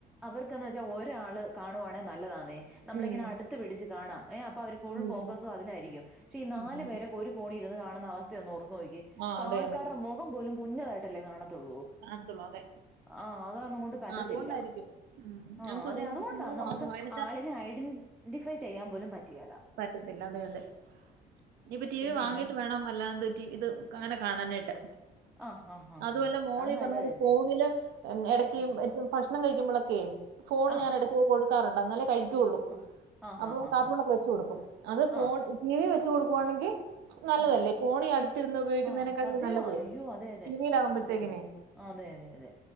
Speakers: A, in the centre; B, on the right.
A: അവർക്കന്ന് വെച്ചാൽ ഒരാള് കാണുവാണെ നല്ലതാന്നേ നമ്മളിങ്ങനെ
B: ഉം,
A: അടുത്ത് പിടിച്ച് കാണാം ഏഹ് അപ്പോ അവര് ഫുൾ
B: ഉം,
A: ഫോക്കസും അതിലായിരിക്കും. ക്ഷെ ഈ നാല്
B: ഉം.
A: പേരൊക്കെ ഒരു ഫോണി ഇരുന്ന് കാണുന്ന അവസ്ഥ ഒന്ന് ഓർത്തു നോക്കിക്കെ
B: ആ അതെ
A: ആൾക്കാരുടെ
B: അതെ
A: മൊഖം പോലും കുഞ്ഞതായിട്ടല്ലെ കാണത്തുള്ളൂ.
B: കാണത്തൊള്ളു അതെ
A: ആഹ് അതാണങ്ങോട്ട് പറ്റത്തില്ല.
B: ആ, അതുകൊണ്ടായിരിക്കും ഉം.
A: ആഹ്
B: ഞങ്ങൾക്കും
A: അതെ
B: ഇനിയിപ്പോ
A: അതുകൊണ്ടാ
B: ടി വി
A: നമ്മക്ക്
B: വാങ്ങണോ അതിനുവെച്ചാ
A: ആളിനെ ഐഡിൻ ന്റിഫൈ ചെയ്യാൻ പോലും പറ്റിയേല്ല
B: പറ്റത്തില്ല അതെ അതെ. ഇഞ്ഞിപ്പം ടി
A: പിന്നെ
B: വി വാങ്ങിയിട്ട്
A: എങ്ങനെ
B: വേണം അല്ലാത് റ്റി വി ഇത് അങ്ങനെ കാണാനായിട്ട്.
A: ആഹ് ആഹ് ആഹ്
B: അതുവല്ല
A: ഉം
B: മോളി
A: അത്
B: ഈ
A: നല്ലതല്ലേ
B: പർഞ്ഞ പോലെ ഫോണില് എടയ്ക്ക്
A: ആഹ്
B: <unintelligible> ഭക്ഷണം കഴിക്കുമ്പൊളയ്ക്കെ ഫോണ്
A: ആഹ്
B: ഞാൻ ഇടയ്ക്ക് കൊടുക്കാറുണ്ട് എന്നാലെ കഴിക്കു തൊള്ളൂ.
A: ആഹ്
B: അപ്പോ
A: ആഹ് ആഹ്
B: കാർട്ടൂണൊക്കെ
A: ആഹ്
B: വെച്ച് കൊടുക്കും അത് ഫോൺ
A: ആഹ്
B: ടി വി വെച്ച് കൊടുക്കുവാണെങ്കി നല്ലതല്ലെ
A: ആഹ്
B: ഫോണി അടുത്തിരുന്ന് ഉപയോഗിക്കുന്നതിനേക്കാട്ടിലും
A: ആഹ് സത്യവാ
B: നല്ലതെ
A: അയ്യോ അതെ അതെ
B: ടി വി യിലാകുമ്പതന്നെയ്ക്നെ
A: അതെ അതെ അതെ അതെ അതെ